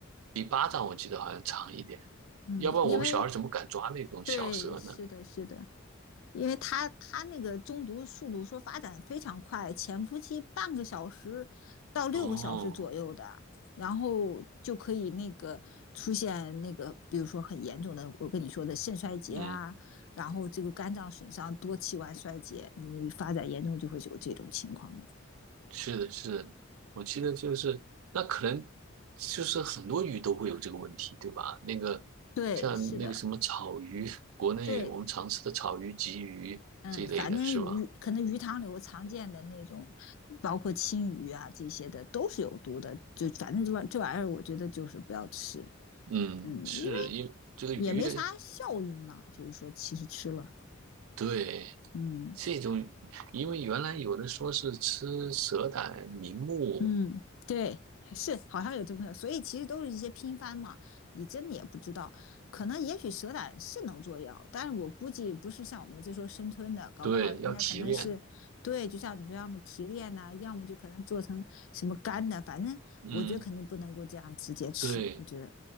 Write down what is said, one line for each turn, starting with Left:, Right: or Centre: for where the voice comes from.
Right: 比巴掌我记得好像长一点，
Left: 嗯，
Right: 要不然我们小孩怎么敢抓那种小蛇呢？
Left: 因为对，是的，是的，因为他他那个中毒速度说发展非常快，潜伏期半个小时到六个小时左右的，
Right: 哦，
Left: 然后就可以那个出现那个，比如说很严重的，我跟你说的肾衰竭啊，
Right: 嗯，
Left: 然后这个肝脏损伤、多器官衰竭，你发展严重就会有这种情况的。
Right: 是的，是的，我记得就是那可能就是很多鱼都会有这个问题，对吧？那个
Left: 对，
Right: 像那个什么草鱼，
Left: 是的，
Right: 国内我们常吃的草鱼、
Left: 对，
Right: 鲫鱼这一类的，
Left: 嗯，反正鱼可能鱼塘里我常见的那种，
Right: 是吧？
Left: 包括青鱼啊这些的都是有毒的，就反正这玩这玩意儿，我觉得就是不要吃，
Right: 嗯，
Left: 嗯，
Right: 是因为这个鱼，
Left: 因为也没啥效应嘛，就是说其实吃了，
Right: 对。
Left: 嗯，
Right: 这种，因为原来有的说是吃蛇胆、明目，
Left: 嗯，对，是好像有这么个，所以其实都是一些拼番嘛，你真的也不知道，可能也许蛇胆是能做药，但是我估计不是像我们这说生吞的，搞不好人家可能是，
Right: 对，要提炼。
Left: 对，就像你说，要么提炼呐、要么就可能做成什么干的，反正我觉得肯定不能够这样直接吃，
Right: 嗯，对，
Left: 我觉得，